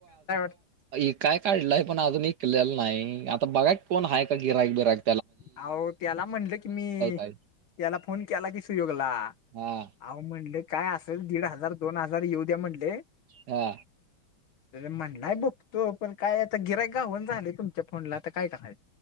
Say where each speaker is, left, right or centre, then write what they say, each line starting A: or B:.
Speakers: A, on the left; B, on the right.
A: <unintelligible>
B: ईकाय काढलं आहे पण अजून ईकलेलं नाही आता बघाय कोण आहे का गिराक बिराक
A: आवो त्याला म्हंणलं की मी
B: आहे
A: त्याला फोन केला कि सुयोगला.
B: हा
A: आवो म्हणल काय असेल दीड हजार दोन हजार येऊ द्या म्हणल.
B: हा.
A: म्हणलाय बघतो पण काय आता गिरायक गाव ना झालय तुमच्या फोनला आता काय करायच.